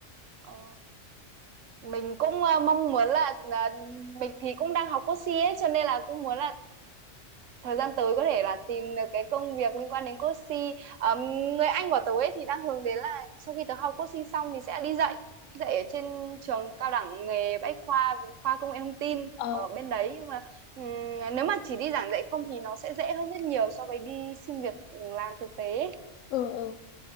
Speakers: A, on the right; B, on the left.
A: Ờ, mình cũng ờ, mong muốn là, là mình thì cũng đang học code CX cho nên là cũng muốn là thời gian tới có thể là tìm được cái công việc liên quan đến Coaching Ờm, người anh của tớ ấy thì đang hướng đến là sau khi tớ học Coaching xong thì sẽ đi dạy dạy ở trên trường cao đẳng nghề Bách khoa khoa công nghệ thông tin
B: ờ
A: ở bên đấy nhưng mà ừm, nếu mà chỉ đi giảng dạy không thì nó sẽ dễ hơn rất nhiều so với đi xin việc làm thực tế
B: ờ ờ